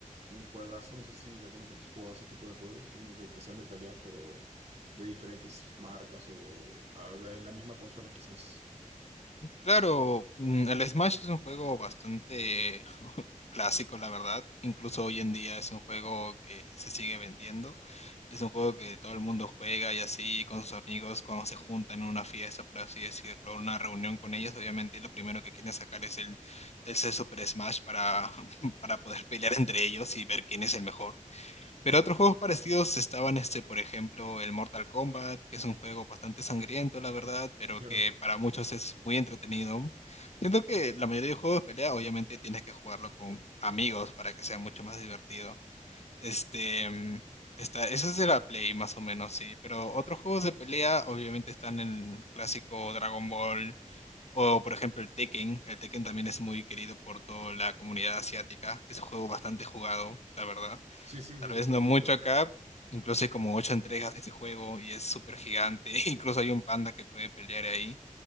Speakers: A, on the right; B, on the left.
A: Un juegazo. No sé si alguna vez has jugado ese tipo de juegos. Unos de que sean de peleas, pero de diferentes marcas o ah, de la misma consola, quizás.
B: Claro, mm, el Smash es un juego bastante <laughs> clásico, la verdad. Incluso hoy en día es un juego que se sigue vendiendo. Es un juego que todo el mundo juega y así con sus amigos cuando se juntan en una fiesta, por así decirlo, una reunión con ellos. Obviamente lo primero que quieren sacar es el, es el Super Smash para, <laughs> para poder pelear entre ellos y ver quién es el mejor. Pero otros juegos parecidos estaban, este, por ejemplo, el Mortal Kombat, que es un juego bastante sangriento, la verdad, pero
A: Claro.
B: que para muchos es muy entretenido. Siento que la mayoría de juegos de pelea, obviamente, tienes que jugarlo con amigos para que sea mucho más divertido. Este, mm, está, ese es de la Play, más o menos, sí. Pero otros juegos de pelea, obviamente, están el clásico Dragon Ball. O por ejemplo el Tekken, el Tekken también es muy querido por toda la comunidad asiática, es un juego bastante jugado, la verdad.
A: Sí, sí,
B: Tal
A: sí,
B: vez
A: lo
B: no
A: he escuchado.
B: mucho acá, incluso hay como ocho entregas de ese juego y es súper gigante. <laughs> Incluso hay un panda que puede pelear ahí,